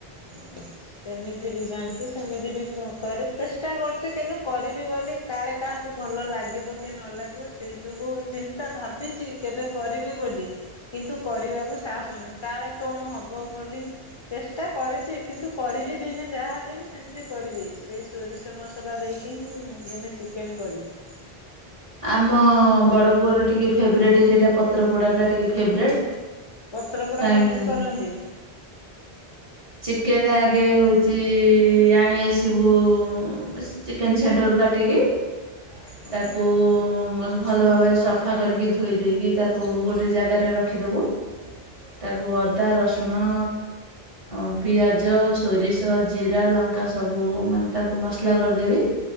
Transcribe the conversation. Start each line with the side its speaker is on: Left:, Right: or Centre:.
Left: ହ ସେମିତି ବି ଜାଣିଛୁ ସେମିତି ବି କରେ ଚେଷ୍ଟା କରୁଛୁ କେବେ କରିବି ବୋଲି କାଳେ କାହାକୁ ଭଲ ଲାଗିବ କି ନ ଲାଗିବ ସେଇ ଯୋଗୁଁ ତା ଭାବିଛି କେବେ କରିବି ବୋଲି କିନ୍ତୁ କରିବାକୁ ସାହସନି କାଳେ କଣ ହବ ବୋଲି ଚେଷ୍ଟା କରିଛି କିନ୍ତୁ କରିବି ଦିନେ ଯାହାହଲେ ବି ସେମିତି କରିବି ସେଇ ସୋରିଷ ମସଲା ଦେଇକି ହିଁ ମୁଁ ଦିନେ ଚିକେନ କରିବି।
Right: ଆମ ବଡ଼ ପୁଅର ଟିକେ ଫେବରେଟ୍ ସେଇଟା ପତ୍ରପୋଡା ଟା ଟିକେ ଫେବରେଟ୍
Left: ପତ୍ର ପୋଡା
Right: କାହିଁକି
Left: କେମିତି କରନ୍ତି?
Right: ଚିକେନ୍ ଆଗେ ହେଉଛି ଆଣି ଆସିବୁ ଚିକେନ ସେଣ୍ଟର ରୁ କାଟିକି
Left: ହଉ।
Right: ତାକୁ ଭଲ ଭାବରେ ସଫା କରିକି ଧୋଇ ଦେଇକି ତାକୁ ଗୋଟେ ଜାଗାରେ ରଖିଦବୁ। ତାକୁ ଅଦା ରସୁଣ ହଁ ପିଆଜ ସୋରିଷ ଜିରା ଲଙ୍କା ସବୁ ମାନେ ତାକୁ ମସଲା କରିଦେବି